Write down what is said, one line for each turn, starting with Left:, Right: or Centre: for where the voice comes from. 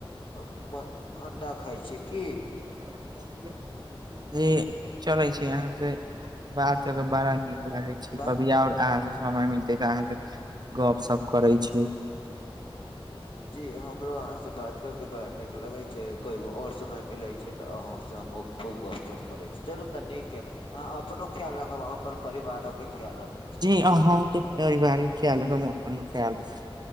Left: अ-म अण्डा खाइ छियै की?
Right: <unintelligible> जी चलै छै, अहाॅं से बात क के बड़ा नीक लागै छि,
Left: बाह
Right: कभिया और अहाँ स समय मिलते तऽ अहाँ से गप सप करे छी।
Left: जी हमरो अहाँ से बात कर के बड़ा नीक लगै छै, कोई ब-और समय मिलै छै तऽ अहाँ स हम ओ खूब गप सप करै छी, चलू तऽ नीक छै। अहॉं अपनो खियाल राखब, अहाँ अपन परिवारो के खियाल रखै छी।
Right: अहौं के परिवारी के खिआल राखब हमहुँ अपन खिआल राखब।